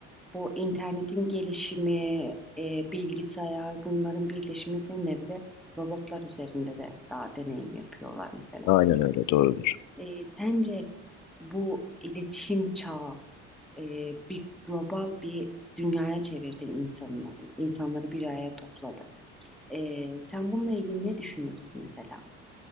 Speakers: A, in the centre; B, on the left.
A: Bu internetin gelişimi, eee, bilgisayar bunların birleşimi ve nevre robotlar üzerinde de daha deneyim yapıyorlar mesela.
B: Aynen öyle doğrudur.
A: Eee, sence bu iletişim çağı eee, bir global bir dünyaya çevirdi insanları, insanları bir araya topladı. Eee, sen bununla ilgili ne düşünüyorsun mesela?